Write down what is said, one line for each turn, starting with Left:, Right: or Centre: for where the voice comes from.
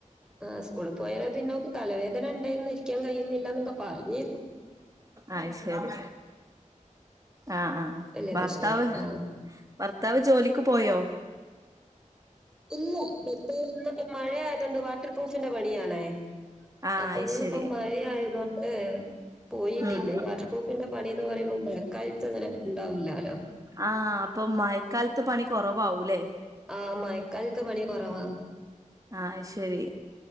Centre: ആ സ്കൂളിൽ പോയേരം, പിന്നെ ഓൾക്ക് തലവേദന ഉണ്ടേർന്നിരി <unintelligible> ന്നൊക്കെ പറഞ്ഞീ.
Right: അയ്ശരി. ആഹ ആഹ്
Centre: വല്യ
Right: ഭർത്താവ്,
Centre: പ്രശ്നല്ല. ആഹ്
Right: ഭർത്താവ് ജോലിക്ക് പോയോ
Centre: ഇല്ല ബെൽറ്റായൊണ്ട് ഇ മഴആയോണ്ട് വാട്ടർ പ്ര്രൂഫിന്റെ പണിയാണേ
Right: ആഹ്
Centre: അപ്പൊ
Right: അയ്
Centre: ന്നിപ്പോ
Right: ശരി
Centre: മഴ ആയതൊണ്ട് പോയിട്ടില്ല.
Right: ഉം
Centre: വാട്ടർപ്രൂഫിന്റെ പണി ന്ന് പറയുമ്പോൾ മഴക്കാലത്ത് ങ്ങനെ ണ്ടാവില്ലാലോ.
Right: ആഹ അപ്പൊ മയക്കാലത്ത് പണി കുറവാവൂലേ
Centre: ആ മയക്കാലത്ത് പണി കൊറവാ.
Right: ആഹ് അയ്ശരി